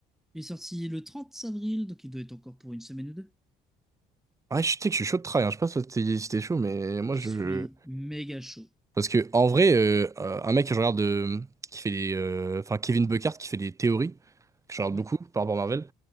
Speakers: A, in the centre; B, on the right.
A: est sorti le 30 avril, donc il doit être encore pour une semaine ou deux.
B: Ouais, je sais que je suis chaud de try, hein. Je sais pas si t'es si t'es chaud, mais moi
A: Je
B: je.
A: suis méga chaud.
B: Parce que en vrai, euh, euh, un mec que je regarde euh, qui fait les. euh, Enfin, Kevin Buckhart qui fait des théories, que je regarde
A: Ouais,
B: beaucoup par rapport à Marvel,